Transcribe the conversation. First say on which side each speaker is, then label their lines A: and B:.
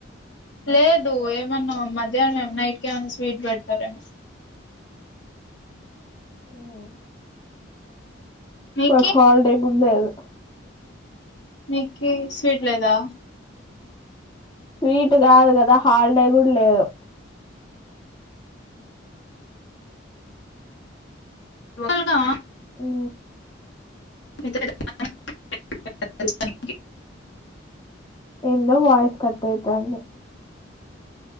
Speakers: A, on the left (about 70°); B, on the left (about 25°).
A: లేదు ఏమన్నా మధ్యాహ్నం మే నైట్ క ఏమన్నా స్వీట్ పెడతారేమో
B: అ
A: నీకి
B: ఒక హల్డే కూడా లేదు
A: నికి స్వీట్ లేదా
B: స్వీట్ కాదు కదా హాలిడే కూడా లేదు
A: నిర్మాల్గా
B: ఓ
A: మ <unintelligible>
B: ఎందొ వయిస్ కట్టయితంది